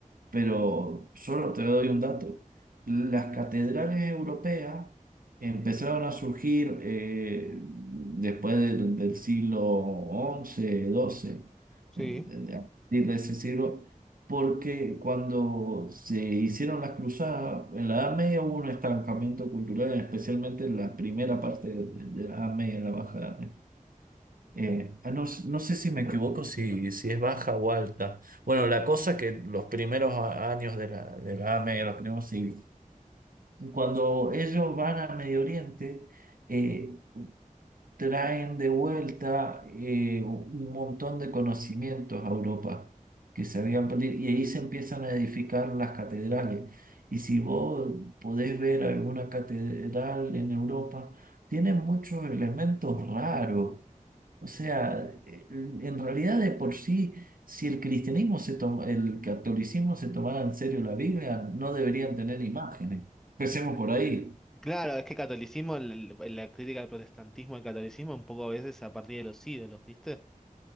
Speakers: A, on the right; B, in the centre.
A: pero solo te doy un dato. Las catedrales europeas empezaron a surgir eh, después del, del siglo once doce
B: sí.
A: en- en- a partir de ese siglo, porque cuando se hicieron las cruzadas, en la Edad Media hubo un estancamiento cultural, especialmente en la primera parte de, de la Edad Media, en la Baja Edad Media. Eh, ah, no, s- no sé si me equivoco, si, si es baja o alta. Bueno, la cosa que los primeros a- años de la, de la Edad Media, los primeros siglos, cuando ellos van a Medio Oriente, eh, traen de vuelta eh, un montón de conocimientos a Europa que se habían perdido y ahí se empiezan a edificar las catedrales. Y si vos podés ver alguna catedral en Europa, tiene muchos elementos raros o sea, eh, en realidad de por sí, si el cristianismo se toma, el catolicismo se tomara en serio la Biblia, no deberían tener imágenes. Empecemos por ahí.
B: Claro, es que catolicismo, el- el- la crítica al protestantismo, al catolicismo, un poco a veces a partir de los ídolos, ¿viste?